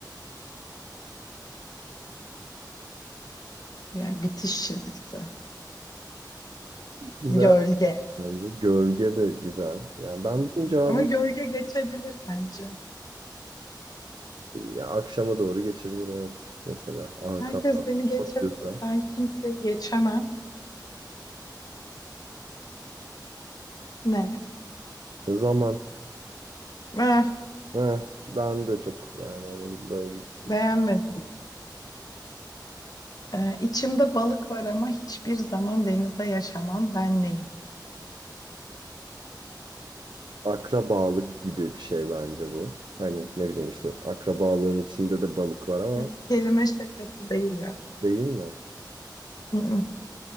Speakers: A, on the left; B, on the right.
A: Yani bitiş çizgisi.
B: Güzel
A: Gölge.
B: bence. Gölge de güzel. Yani ben bunun cevabını
A: Ama gölge geçebilir bence.
B: Ya akşama doğru geçebilir evet mesela arkandan
A: Herkes beni geçebilir.
B: batıyorsa.
A: Ben kimseyi geçemem. Ne?
B: Zaman.
A: Eh,
B: Ha, ben de çok yani hani bu böyle
A: beğenmedim.
B: şey-
A: Ee, içimde balık var ama hiçbir zaman denizde yaşamam. Ben neyim?
B: akrabalık gibi bir şey bence bu. Hani ne bileyim işte akrabalığın içinde de balık var ama
A: Yok, kelime şakası değil ya.
B: değil mi?
A: Mm-mm,